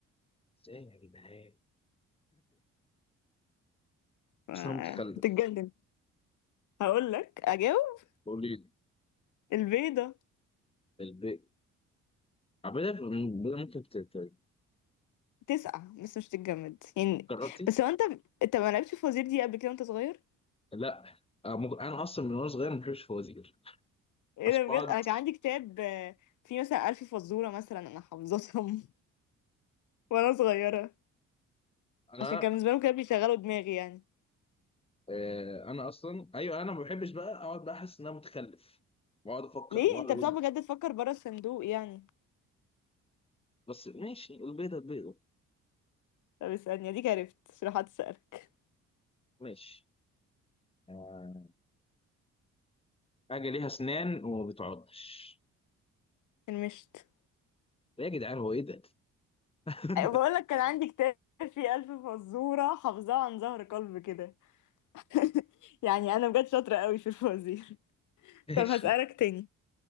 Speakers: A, on the left; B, on the left.
A: بس ايه يا جدعان؟
B: آه،
A: <laughs> صمت متخلف
B: بتتجمد هقول لك اجاوب
A: قولي لي
B: البيضة
A: البيت عبيدة بدل ممكن ت- ت-
B: تسقع بس مش تتجمد يعني
A: جربتي؟
B: بس هو انت انت ما لعبتش في وزير دي قبل كده وانت صغير
A: لا آه، ممكن- انا اصلا من وانا صغير ما بحبش الفوازير
B: ايه
A: عشان
B: ده بجد
A: اقعد
B: انا كان عندي كتاب آه، فيه مثلا ألف فزورة مثلا انا حافظتهم <laughs> وانا صغيرة
A: انا
B: عشان كان بالنسبة لهم كانوا بيشغلوا دماغي يعني
A: آه، انا اصلا ايوه انا ما بحبش بقى اقعد بقى احس ان انا متخلف واقعد افكر
B: ليه
A: واقعد
B: انت
A: اقول
B: بتقعد بجد تفكر بره الصندوق يعني
A: بس ماشي البيضه البيضه
B: طب اسألني اديك عرفت شرحت اسألك
A: ماشي آه، حاجه ليها اسنان وما بتعضش
B: المشت
A: إيه يا جدعان هو ايه ده؟ <laughs>
B: بقول لك كان عندي كتاب فيه ألف فزورة حافظاها عن ظهر قلب كده <laughs> يعني انا بجد شاطرة قوي في الفوازير
A: ماشي
B: طب هسألك تاني